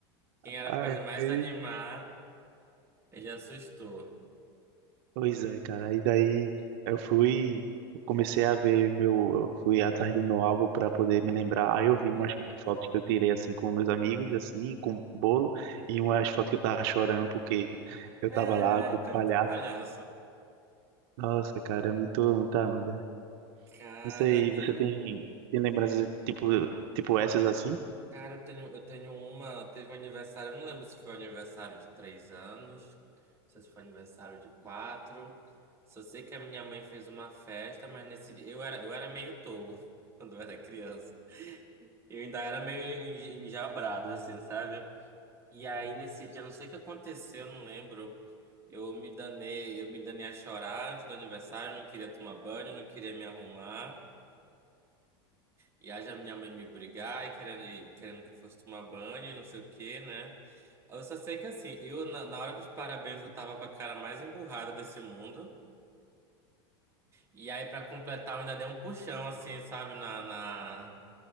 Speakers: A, on the right; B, on the right.
A: Quem era
B: Aí,
A: pra ele mais animar, ele assustou.
B: pois é, cara. Aí daí eu fui, eu comecei a ver meu, eu fui atrás do meu álbum para poder me lembrar. Aí eu vi
A: <laughs>
B: umas fotos que eu tirei assim com meus amigos, assim, com um bolo, e umas fotos que eu tava chorando porque eu
A: É,
B: tava lá com o
A: casa
B: palhaço.
A: do palhaço.
B: Nossa, cara, é muito, muita onda.
A: Cara,
B: Não sei,
A: eu
B: você tem, tem lembranças tipo, tipo essas assim?
A: Cara, eu tenho, eu tenho uma. Teve um aniversário, eu não lembro se foi um aniversário de três anos, se foi um aniversário de quatro. Só sei que a minha mãe fez uma festa, mas nesse dia. Eu era, eu era meio tolo <laughs> quando eu era criança. Eu ainda era meio enj- enjabrado, assim, sabe? E aí nesse dia, não sei o que aconteceu, eu não lembro. Eu me danei, eu me danei a chorar antes do aniversário, eu não queria tomar banho, eu não queria me arrumar. E aí a minha mãe me brigar e querendo, e querendo que eu fosse tomar banho e não sei o quê, né? Eu só sei que assim, eu na, na hora dos parabéns eu tava com a cara mais emburrada desse mundo. E aí pra completar eu ainda dei um puxão assim, sabe, na, na,